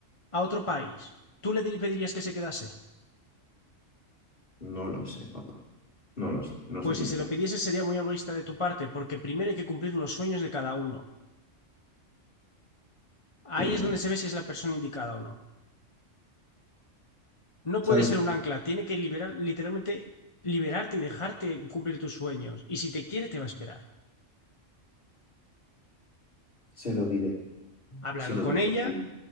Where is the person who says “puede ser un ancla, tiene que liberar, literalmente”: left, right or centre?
Left